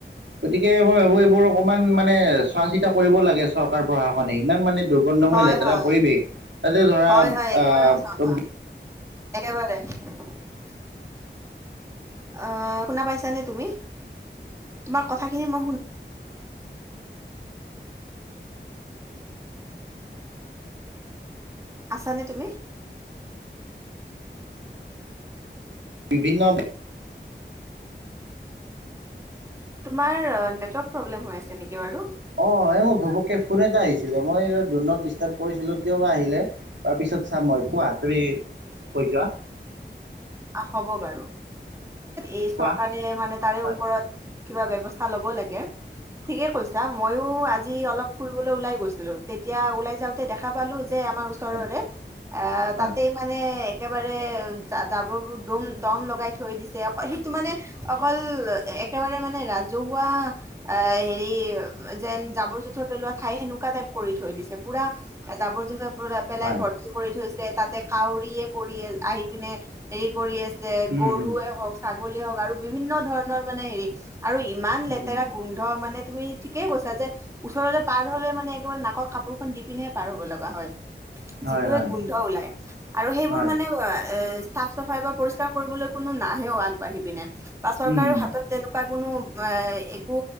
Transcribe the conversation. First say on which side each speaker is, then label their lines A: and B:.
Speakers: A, on the right (about 80°); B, on the right (about 15°).
A: গতিকে মই ভাবো, এইবোৰ অকমান মানে চোৱা চিতা কৰিব লাগে চৰকাৰ প্ৰশাসনে ইমান মানে দুৰ্গন্ধময়
B: হয়
A: লেতেৰা
B: হয়
A: পৰিৱেশ, তাতে ধৰা
B: হয় হয় একেবাৰে
A: আহ-
B: সঁচা কথা <inaudible> অ শুনা পাইছানে? তুমি তোমাৰ কথাখিনি মই শুনা আছ নে তুমি?
A: বিভিন্ন <inaudible>
B: তোমাৰ নেটৱৰ্ক প্ৰব্লেম হৈ আছে নেকি বাৰু?
A: অ, এই মোৰ ঘপককে ফোন এটা আহিছিলে, মই দু নট দিষ্ট্ৰাব কৰিছিলো কিয় বা আহিলে? তাৰপিছত, চাম মই। কোৱা তুমি কৈ যোৱা
B: হ'ব বাৰু। এই
A: কোৱা
B: চৰকাৰে মানে তাৰে
A: হয়
B: ওপৰত কিবা ব্যৱস্থা স্থা ল'ব লাগে। ঠিকে কৈছা। মইও আজি অলপ ফুৰিবলৈ ওলাই গৈছিলো, তেতিয়া ওলাই যাওঁতে দেখা পালো যে যে আমাৰ ওচৰৰে
A: হয়
B: এ
A: হয়
B: তাতে মানে একেবাৰে জাৱৰ দোম দম - দম লগাই থৈ দিছে। অকল সেইটো মানে অকল একেবাৰে মানে ৰাজহুৱা এ হেৰি, যেন জাবৰ জোথৰ পেলোৱা ঠাই সেনেকুৱা টাইপ কৰি থৈ দিছে পোৰা জাৱৰ - জোথৰ পেলাই
A: হয়
B: ভৰ্তি কৰি থৈছে, তাতে কাউৰীয়ে পৰি আহি পিনে হেৰি কৰি আছে যে
A: উম
B: গৰুয়ে
A: উম
B: হওক, ছাগলীয়ে হওক, আৰু বিভিন্ন ধৰণৰ মানে হেৰি আৰু ইমান
A: উম
B: লেতেৰা গোন্ধ মানে তুমি ঠিকেই কৈছা যে ওচৰলে পাৰ হলে মানে একবাৰে নাকত কাপোৰখন দি পিনেহে পাৰ হ'ব লগা হয়
A: হয়
B: যিটোহে
A: হয়
B: গোন্ধ ওলাই আৰু সেইবোৰ
A: হয়
B: মানে এ চাফ - চাফাই বা পৰিষ্কাৰ কৰিবলৈ কোনো নাহেও আগবাঢ়ি পিনে বা চৰকাৰেও
A: উম উম
B: হাতত তেনেকুৱা কোনো অ একো